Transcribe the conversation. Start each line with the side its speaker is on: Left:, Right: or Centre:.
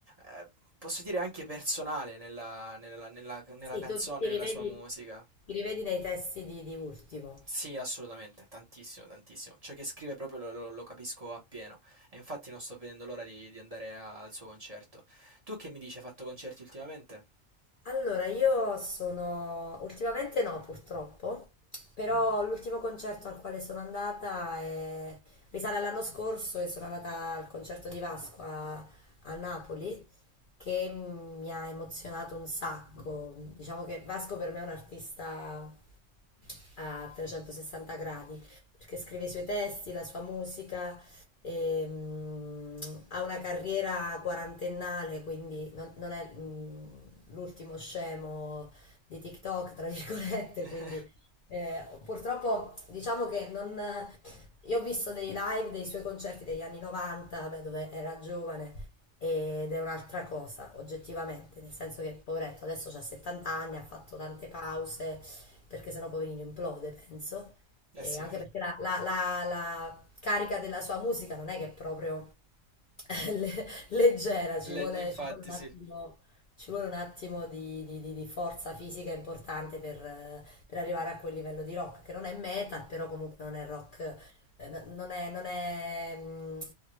Right: eh, posso dire anche personale nella, nella- nella- nella
Left: Sì,
Right: canzone,
Left: tu ti
Right: nella
Left: rivedi,
Right: sua musica.
Left: ti rivedi nei testi di, di ultimo.
Right: Sì, assolutamente, tantissimo, tantissimo. Ciò che scrive proprio lo, lo- lo capisco appieno. E infatti non sto vedendo l'ora di, di andare a- al suo concerto. Tu che mi dici, hai fatto concerti ultimamente?
Left: Allora, io sono... ultimamente no, purtroppo, però l'ultimo concerto al quale sono andata è- risale all'anno scorso e sono andata al concerto di Vasco a a Napoli. che mi ha emozionato un sacco. Diciamo che Vasco per me è un artista a 360 gradi, perché scrive i suoi testi, la sua musica, e, mm, ha una carriera quarantennale, quindi non, non è mm, l'ultimo scemo di TikTok, tra virgolette,
Right: <laughs>
Left: quindi eh, purtroppo diciamo che non... Io ho visto dei live dei suoi concerti degli anni 90, vabbè, dove era giovane, ed è un'altra cosa, oggettivamente, nel senso che, poveretto, adesso ha 70 anni, ha fatto tante pause, perché sennò poverino implode, penso.
Right: Eh
Left: E
Right: sì,
Left: anche
Right: <laughs>
Left: perché la, la- la- la carica della sua musica non è che è proprio <laughs> le- leggera, ci
Right: le-
Left: vuole,
Right: infatti
Left: ci vuole un
Right: sì.
Left: attimo, ci vuole un attimo di, di- di- di forza fisica importante per, eh, per arrivare a quel livello di rock, che non è metal, però comunque non è rock, eh, no- non è, non è, mm,